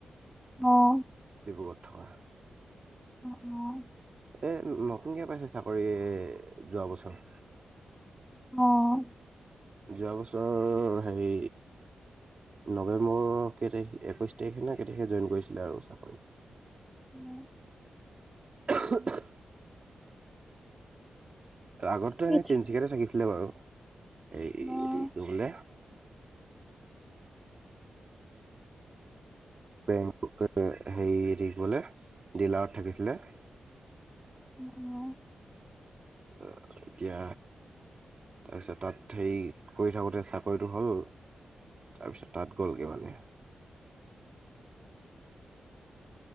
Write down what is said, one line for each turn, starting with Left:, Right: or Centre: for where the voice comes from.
Centre: অ'।
Right: দূৰত থকা
Centre: অ', অ'।
Right: এ নতুনকে পাইছে চাকৰি যোৱা বছৰ।
Centre: অ'।
Right: যোৱা বছৰ হেৰি নৱেম্বৰ কেই তাৰিখ একৈছ তাৰিখে নে কেই তাৰিখেই জইন কৰিছিলে আৰু চাকৰি।
Centre: অ'।
Right: <inaudible> আগতো এনে
Centre: অ
Right: তিনিচিকাতে থাকিছিলে বাৰু। এ
Centre: অ
Right: এইটো বোলে
Centre: <inaudible>
Right: বেংক হেৰি থাকিবলে ডিলাৰত থাকিছিলে।
Centre: আহ।
Right: এ এতিয়া তাৰপিছত তাত হেৰি কৰি থাকোঁতে চাকৰিটো হ'ল তাৰ পিছত তাত গ'লগে মানে।